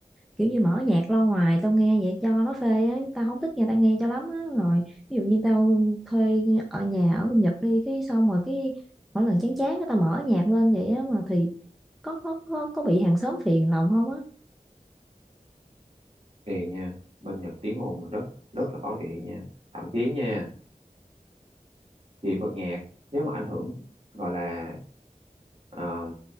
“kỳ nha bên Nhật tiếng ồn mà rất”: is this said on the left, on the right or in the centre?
Right